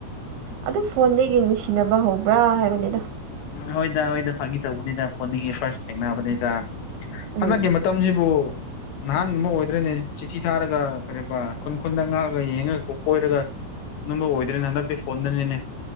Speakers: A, on the right; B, on the left.
A: ꯑꯗꯨ ꯐꯣꯟꯒ ꯅꯨꯡꯁꯤꯅꯕ ꯍꯧꯕ꯭ꯔꯥ ꯍꯥꯏꯕꯅꯤꯗ
B: ꯎꯝ ꯍꯣꯏꯗ ꯍꯣꯏꯗ ꯐꯥꯒꯤ ꯇꯧꯕꯅꯤꯗ ꯐꯣꯟꯗꯒꯤ ꯐꯥꯔꯁ ꯊꯦꯡꯅꯕꯅꯤꯗ
A: ꯎꯝ
B: ꯍꯟꯗꯛꯀꯤ ꯃꯇꯝꯁꯤꯕꯨ ꯅꯍꯥꯟ ꯑꯃ ꯑꯣꯏꯗ꯭ꯔꯅꯦ ꯆꯤꯊꯤ ꯊꯥꯔꯒ ꯀꯔꯤꯕ ꯈꯨꯟ ꯈꯨꯟꯗ ꯉꯥꯛꯂꯒ ꯌꯦꯡꯉꯒ ꯀꯣꯏꯔꯒ ꯅꯪꯕꯨ ꯑꯣꯏꯗ꯭ꯔꯦꯅꯦ ꯍꯟꯗꯛꯇꯤ ꯐꯣꯟꯗꯅꯤꯅꯦ